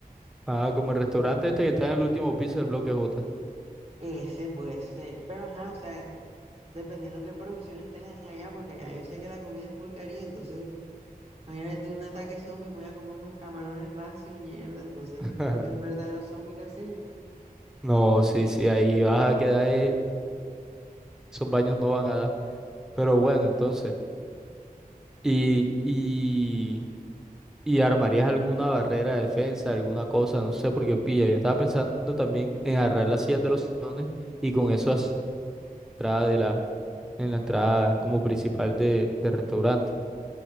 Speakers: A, in the centre; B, on the right.
A: Ah, como el restaurante este que está en el último piso del bloque J.
B: Ese puede ser, pero ajá, o sea, dependiendo qué provisiones tengan allá, porque allá yo sé que la comida es full caribe, entonces Imagínate tú un ataque zombie, me voy a comer unos camarones rancios, mierda. Entonces
A: <laughs>
B: el, el verdadero zombie lo sé yo.
A: No, sí, sí, ahí vas a quedar, eh, esos baños no van a dar. Pero bueno, entonces, y, y, y armarías alguna barrera de defensa, alguna cosa, no sé, porque pilla, yo estaba pensando también
B: Ujú,
A: en agarrar las sillas de los salones y con eso hacer la entrada de la, en la entrada como principal de, del restaurante.